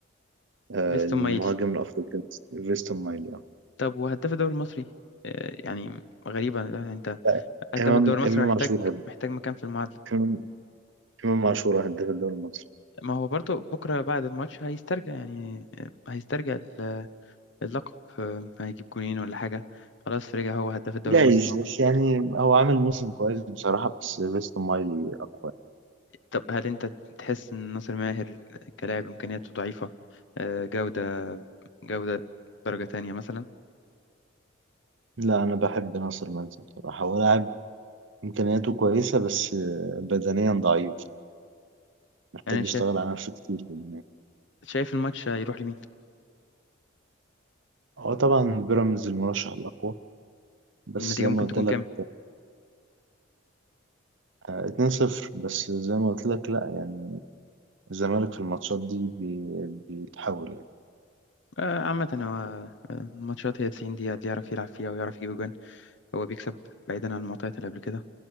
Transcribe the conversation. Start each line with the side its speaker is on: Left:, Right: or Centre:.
Right: آه،
Left: فيستون
Right: المهاجم
Left: مايلي
Right: الأفريقي فيستون مايلي آه.
Left: طب وهداف الدوري المصري آه، يعني غريبة يعني انت
Right: لا،
Left: هداف
Right: إمام
Left: الدوري المصري
Right: إمام
Left: محتاج
Right: عاشور هداف
Left: محتاج مكان في المعادلة
Right: إمام إمام عاشور هداف الدوري المصري
Left: ما هو برضه بكرة بعد الماتش هيسترجع يعني آه، هيسترجع ال- اللقب آه، هيجيب جونين ولا حاجة خلاص رجع هو هداف الدوري
Right: جايز
Left: المصري
Right: بس يعني هو عامل موسم كويس بصراحة بس فيستون مايلي أقوى
Left: طب هل انت تحس ان ناصر ماهر كلاعب امكانياته ضعيفة آه، جودة جودة درجة تانية مثلا
Right: لا أنا بحب ناصر منسي بصراحة هو لاعب إمكانياته كويسة بس آه، بدنيا ضعيف محتاج
Left: انا شايف
Right: يشتغل على نفسه كتير في المنافسة
Left: شايف الماتش هيروح لمين
Right: هو طبعا بيراميدز المرشح الأقوى بس
Left: والنتيجة
Right: زي
Left: ممكن
Right: ما قلت
Left: تكون
Right: لك
Left: كام
Right: آه، 2-0 بس زي ما قلت لك لا يعني الزمالك في الماتشات دي بي- بيتحول يعني
Left: آه، عامة هو آه، الماتشات هي 90 دقيقة اللي يعرف يلعب فيها ويعرف يجيب جوان هو بيكسب بعيدا عن المعطيات اللي قبل كده